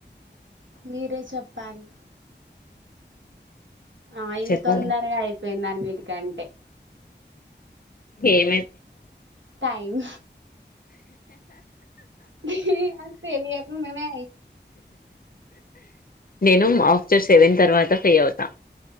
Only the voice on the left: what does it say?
చెప్పాలి
ఏమే
నేను ఆఫ్టర్ సెవెన్ తర్వాత ఫ్రీ అవుతా